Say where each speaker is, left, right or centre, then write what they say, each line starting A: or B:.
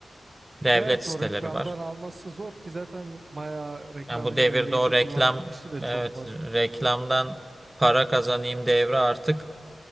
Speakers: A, on the right; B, on the right.
A: Devlet
B: Evet
A: siteleri
B: o reklamdan
A: var.
B: alması zor ki zaten bayağı reklam
A: Yani bu
B: engelleyici
A: devirde o reklam,
B: kullanan kişi de
A: evet
B: çok var.
A: reklamdan para kazanayım devri artık